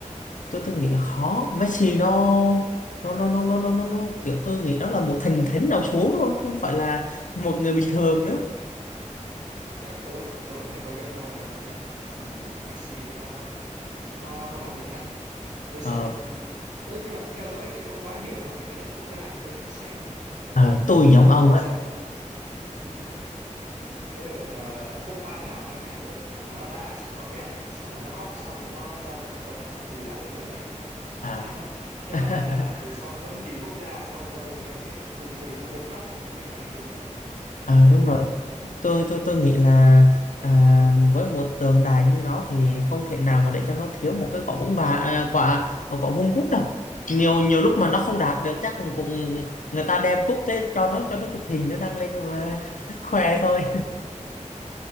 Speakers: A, on the left (about 75°); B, on the right (about 70°).
A: tôi tôi nghĩ là khó Messi nó nó nó nó nó nó, nó, nó kiểu tôi nghĩ đó là một thần thánh nào xuống luôn chứ không phải là một người bình thường nữa
B: Đấy, tôi tôi phải công nhận đâu là công nhận thằng Messi ấy nó nó nó bản lĩnh thật tôi xem
A: ờ,
B: tôi nói chung là theo dõi thì không quá nhiều nhưng mà mấy cái giải quốc gia thì tôi lại thích xem ấy
A: ờ, tôi giống
B: thì
A: ông
B: tôi còn
A: á
B: xem ừm, cái đợt là Copa nào năm nào ấy mà nó đã xịt quả pen ấy xong rồi nó khóc xong rồi nó ra phỏng vấn bảo từ giã đội tuyển ấy
A: à,
B: <laughs> thế
A: <laughs>
B: mà về sau nó vẫn vì quốc gia xong rồi nó gồng gánh lên cuối cùng vô địch cả World Cup ấy công nhận là nghị lực thật
A: à
B: bản
A: đúng
B: lĩnh
A: rồi tôi tôi tôi nghĩ là à, với một tượng đài như nó thì không thể nào mà để cho nó thiếu một cái quả bóng và à, quả quả vuông cúp đâu nhiều nhiều lúc mà nó
B: đúng
A: không
B: rồi
A: đạt được chắc cũng người ta đem cúp tới cho nó cho nó chụp hình nó đăng lên mà <laughs> khoe thôi